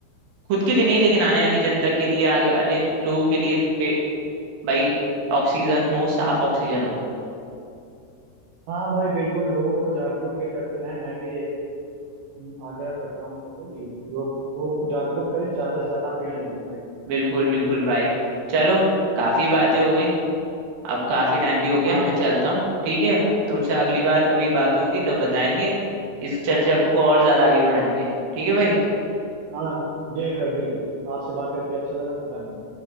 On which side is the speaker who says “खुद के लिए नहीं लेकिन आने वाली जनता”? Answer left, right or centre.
Right